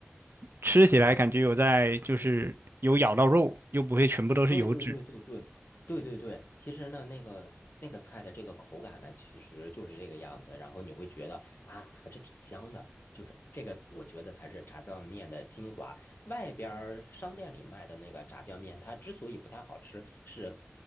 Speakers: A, on the right (about 55°); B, on the left (about 60°).
A: 吃起来感觉有在就是有咬到肉，又不会全部都是油脂，
B: 对对对对对对对对，其实呢，那个那个菜的这个口感呢，其实就是这个样子，然后你会觉得啊，还是挺香的，就是这个，我觉得才是炸酱面的精华。外边儿商店里卖的那个炸酱面，它之所以不太好吃，是